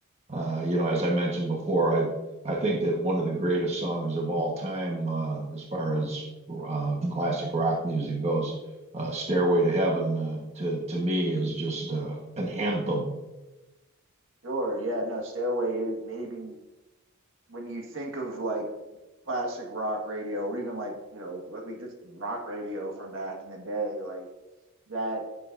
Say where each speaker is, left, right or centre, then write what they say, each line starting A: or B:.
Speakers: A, on the right; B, on the right.
A: Uh, you know, as I mentioned before, I I think that one of the greatest songs of all time, uh, as far as uh, classic rock music goes, uh, "Stairway to Heaven," uh, to to me is just uh, an anthem.
B: Sure, yeah, no, Stairway is maybe when you think of like classic rock radio or even like you know what we just rock radio from back in the day like that